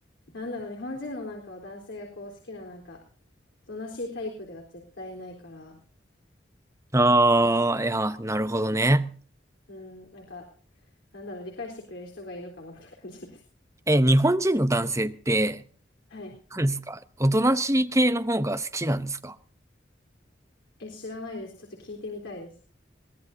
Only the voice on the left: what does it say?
なんだろう、日本人のなんか男性がこう好きななんか、おとなしいタイプでは絶対ないから、
うん、なんか、なんだろう、理解してくれる人がいいのかもって感じです。
<laughs> はい。
え、知らないです。ちょっと聞いてみたいです。